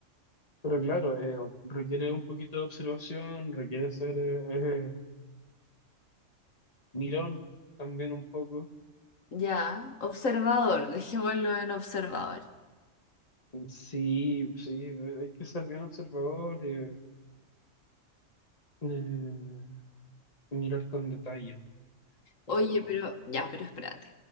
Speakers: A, on the left; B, on the left.
A: pero claro, eh, requiere un poquito de observación, requiere ser eh, eh, mirón también un poco.
B: Ya, observador, dejémoslo en observador.
A: Sí, sí, hay que ser bien observador, eh, eh, mirar con detalle. Pero,
B: Oye, pero ya, pero espérate.